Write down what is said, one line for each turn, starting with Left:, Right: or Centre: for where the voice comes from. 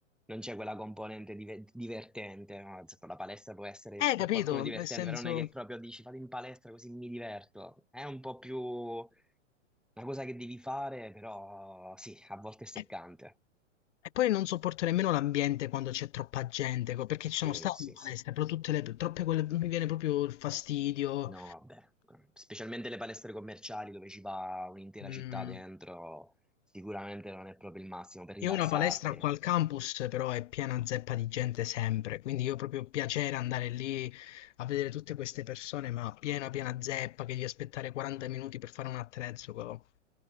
Centre: non c'è quella componente dive- divertente. no? Cioè, La palestra può essere
Left: Eh,
Centre: per
Left: capito,
Centre: qualcuno divertente,
Left: nel senso...
Centre: però non è che proprio dici fate in palestra così mi diverto. È un po' più una cosa che devi fare, però sì, a volte è seccante.
Left: E e poi non sopporto nemmeno l'ambiente quando c'è troppa gente, co- perché
Centre: Sì,
Left: ci sono stato
Centre: sì,
Left: in palestra,
Centre: sì.
Left: però tutte le troppe quelle mi viene proprio il fastidio.
Centre: No, vabbè, specialmente le palestre commerciali dove ci va un'intera
Left: Mm.
Centre: città dentro, sicuramente non è proprio il massimo per rilassarti.
Left: Io ho una palestra qua al campus, però è piena zeppa di gente sempre, quindi io proprio piacere andare lì a vedere tutte queste persone, ma piena piena zeppa che devi aspettare 40 minuti per fare un attrezzo, co.